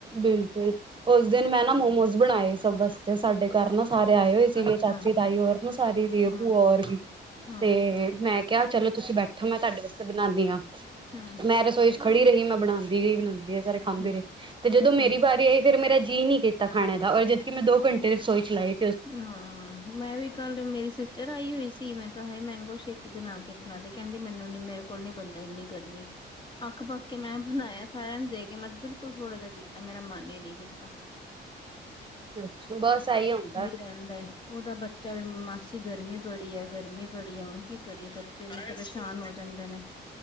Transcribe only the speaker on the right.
ਬਿਲਕੁਲ ਉਸ ਦਿਨ ਮੈਂ ਨਾ
ਮੋਮੋਸ ਬਣਾਏ ਸਭ ਵਾਸਤੇ ਸਾਡੇ ਘਰ ਨਾ, ਸਾਰੇ ਆਏ ਹੋਏ ਸੀਗੇ
ਚਾਚੀ ਤਾਈ ਹੋਰ। ਸਾਰੀ ਦੇ
ਭੂਆ ਹੋਰ ਵੀ,
ਤੇ ਮੈਂ ਕਿਹਾ ਚਲੋ, ਤੁਸੀਂ ਬੈਠੋ ਮੈਂ ਤੁਹਾਡੇ ਵਾਸਤੇ ਬਣਾਉਂਦੀ ਹਾਂ,
ਮੈਂ ਰਸੋਈ ਚ ਖੜੀ ਰਹੀ ਮੈਂ ਬਣਾਉਦੀ ਰਈ ਬਣਾਉਂਦੀ ਗਈ ਸਾਰੇ, ਖਾਂਦੇ
ਰਹੇ ਤੇ ਜਦੋਂ ਮੇਰੀ
ਵਾਰੀ ਆਈ ਫੇਰ ਮੇਰਾ ਜੀਅ ਨੀ ਕੀਤਾ ਖਾਣੇ ਦਾ ਔਰ ਜਦਕਿ ਮੈਂ ਦੋ ਘੰਟੇ ਰਸੋਈ ਚਲਾਈ,
ਅੱਛਾ, ਬਸ ਆਈ ਹੁੰਦਾ।